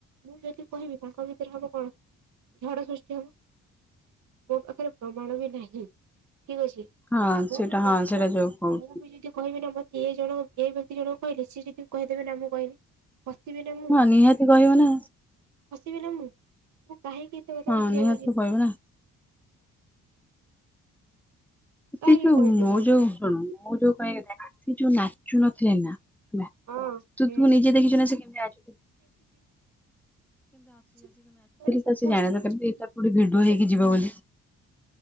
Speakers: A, on the right; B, in the centre.
A: ମୁଁ ଯଦି କହିବି ତାଙ୍କ ଭିତରେ ହବ କଣ ଝଡ଼ ସୃଷ୍ଟି ହବ। ମୋ ପାଖରେ ପ୍ରମାଣ ବି ନାହିଁ ଠିକ୍ ଅଛି।
B: ହଁ
A: ମୁଁ
B: ସେଇଟା
A: ବି
B: ହଁ ସେଇଟା
A: ମୁଁ
B: ଯୋଉ କହୁଚୁ
A: ମୁଁ ବି ଯଦି କହିବି ନା ମତେ ଏ ଜଣ ଏ ବ୍ୟକ୍ତି ଜଣକ କହିଲେ ସିଏ ଯଦି କହିଦେବେ ନା ମୁଁ କହିନି ଫସିବି ନା ମୁଁ
B: ହଁ ନିହାତି କହିବ ନା
A: ଫସିବି ନା ମୁଁ ମୁଁ କାହିଁକି? ଏତେ କଥା
B: ହଁ
A: ଉଠେଇବାକୁ
B: ନିହାତି
A: ଯିବି।
B: ତ କହିବ ନା ସେ
A: କାହିଁକି
B: ଯୋଉ
A: କହିବି
B: ମୁଁ ଯୋଉ ଶୁଣ ମୁଁ <unintelligible> ଯୋଉ ନାଚୁ ନଥିଲେ ନା। ନା
A: ହଁ
B: ତୁ
A: ହୁଁ
B: ତୁ ନିଜେ ଦେଖିଛୁ ନା ସେ କେମିତି ନାଚୁ
A: <unintelligible> ହଁ ମୁଁ
B: ତ ସେ
A: ଖୁସି
B: ଜାଣି ନଥିଲା
A: ହେଇକି
B: କେମିତି ଏଇଟା କୋଉଠି ଭିଡିଓ ହେଇକି ଯିବ ବୋଲି।